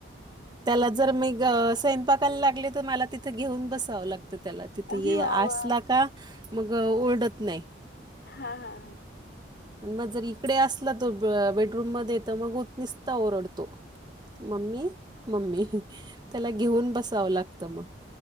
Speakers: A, on the right (about 20°); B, on the left (about 55°).
A: त्याला जर मी ग स्वयंपाक करायला लागले तर मला तिथे घेऊन बसावं लागतं त्याला तिथे
B: अरे
A: ये
B: वाह!
A: असला
B: वाह!
A: का मग ओरडत नाही.
B: हा हा हा.
A: आणि मग जर इकडे असला तो बेडरूम मध्ये तर मग होत निसता ओरडतो. मम्मी मम्मी त्याला घेऊन बसावं लागतं मग.